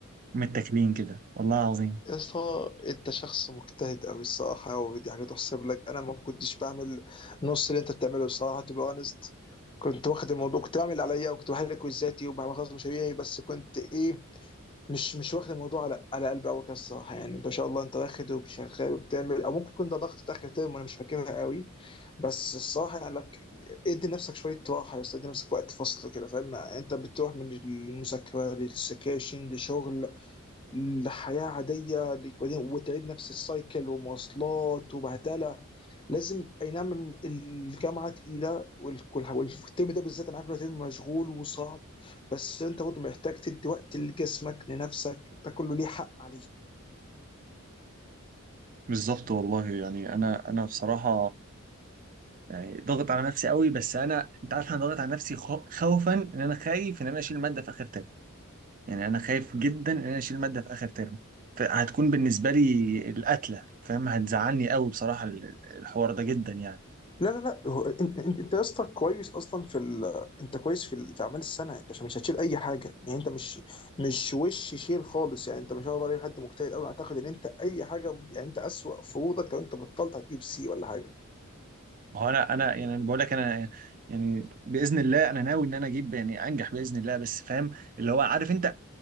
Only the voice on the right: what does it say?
متاكلين كده والله العظيم
بالظبط والله يعني انا انا بصراحه يعني ضاغط على نفسي قوي بس انا انت عارف انا ضاغط على نفسي خو- خوفا ان انا خايف ان انا اشيل ماده في اخر ترم يعني انا خايف جدا ان انا اشيل ماده في اخر ترم فهتكون بالنسبه لي القتله فاهم هتزعلني قوي بصراحه ال- الحوار ده جدا يعني
ما هو انا انا يعني أنا بقول لك انا يعني باذن الله انا ناوي ان انا اجيب يعني انجح باذن الله بس فاهم اللي هو عارف انت